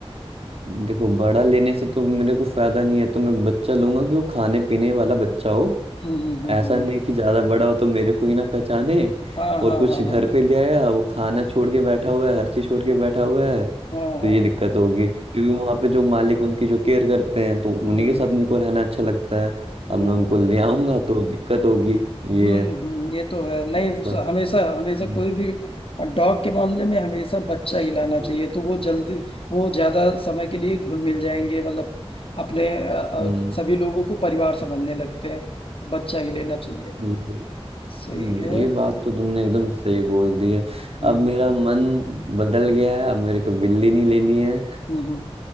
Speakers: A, on the right; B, on the left.
A: देखो बड़ा लेने से तो मेरे को फायदा नहीं है तो मैं बच्चा लूंगा कि वो खाने पीने वाला बच्चा हो
B: हम्म हम्म हम्म
A: ऐसा
B: हम्म।
A: नहीं कि ज्यादा बड़ा हो तो मेरे को ही ना पहचाने
B: हाँ हाँ
A: और
B: हाँ
A: कुछ
B: हाँ
A: घर
B: हाँ
A: पे ले आया वो खाना छोड़ के बैठा हुआ है हर चीज छोड़ के बैठा हुआ है
B: हाँ हाँ,
A: तो
B: हाँ,
A: ये दिक्कत होगी क्योंकि वहां पे जो मालिक उनकी जो केयर करते हैं तो उन्हीं
B: हम्म
A: के साथ उनको रहना अच्छा लगता है
B: हम्म
A: अब मैं उनको ले आऊंगा तो दिक्कत होगी ये
B: हम्म
A: है
B: हम्म, ये तो है नहीं
A: ऐसा
B: स- हमेशा हमेशा
A: हम्म
B: कोई भी डॉग के मामले में हमेशा बच्चा ही लाना
A: हम्म
B: चाहिए तो वो जल्दी वो ज्यादा समय के लिए घुल मिल जाएंगे मतलब अपने अ, अ,
A: हम्म,
B: सभी लोगों को परिवार समझने लगते हैं बच्चा ही लेना चाहिए
A: हम्म,
B: सही
A: हम्म,
B: है
A: ये बात तो तुमने एकदम सही बोल दी है
B: हम्म
A: अब
B: हम्म
A: मेरा मन बदल गया है अब मेरे को बिल्ली नहीं लेनी है
B: हम्म,